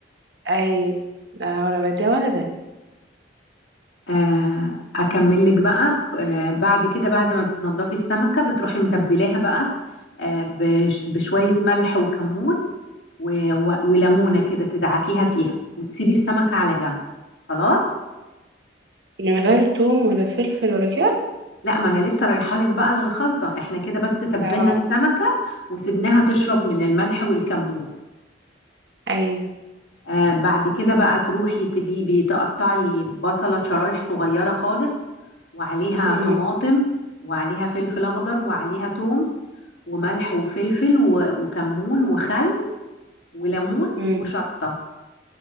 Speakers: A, on the right; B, on the left.
A: اي لا ولا ده ولا ده
B: آه، اكمل لك بقى آه، بعد كده بعد ما بتنضفي السمكه بتروحي متبلاها بقى آه، بش- بشويه ملح وكمون و- و- وليمونه كده تدعكيها فيها وتسيبي السمكه على جنب خلاص
A: من غير توم ولا فلفل ولا كده
B: لا ما انا لسه رايحه لك بقى للخلطه احنا كده بس تبلنا
A: اه
B: السمكه وسبناها تشرب من الملح والكمون
A: اي
B: آه، بعد كده بقى تروحي تجيبي تقطعي بصله شرايح صغيره خالص وعليها
A: امم
B: طماطم وعليها فلفل اخضر وعليها توم وملح وفلفل و- وكمون وخل وليمون
A: امم
B: وشطة